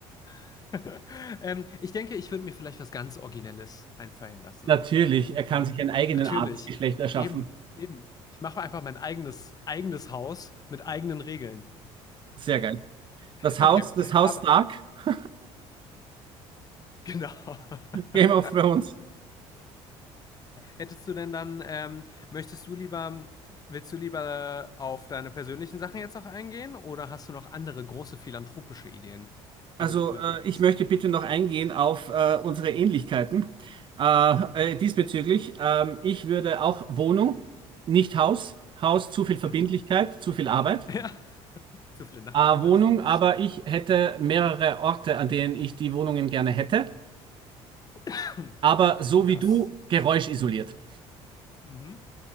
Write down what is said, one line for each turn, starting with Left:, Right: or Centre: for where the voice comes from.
Left: <laughs> ähm, ich denke, ich würde mir vielleicht was ganz Originelles einfallen lassen.
Right: Natürlich, er
Left: So,
Right: kann sich einen eigenen
Left: natürlich,
Right: Adelsgeschlecht erschaffen.
Left: eben, eben. Ich mache einfach mein eigenes, eigenes Haus mit eigenen Regeln.
Right: Sehr geil. Das Haus,
Left: Okay,
Right: das Haus
Left: aber.
Right: Stark, <laughs>
Left: Genau. <laughs>
Right: Game of Thrones.
Left: Hättest du denn dann, ähm, möchtest du lieber, willst du lieber auf deine persönlichen Sachen jetzt noch eingehen oder hast du noch andere große philanthropische Ideen,
Right: Also,
Left: die du cool
Right: äh,
Left: fändest?
Right: ich möchte bitte noch eingehen auf äh, unsere Ähnlichkeiten äh, äh, diesbezüglich. Ähm, ich würde auch Wohnung, nicht Haus. Haus, zu viel Verbindlichkeit,
Left: Mhm. <laughs>
Right: zu viel Arbeit.
Left: Ja, zu viele Nachbarn
Right: Äh,
Left: manchmal.
Right: Wohnung, aber ich hätte mehrere Orte, an denen ich die Wohnungen gerne hätte.
Left: <coughs>
Right: Aber so
Left: Das
Right: wie du,
Left: ist.
Right: geräuschisoliert.
Left: Mhm.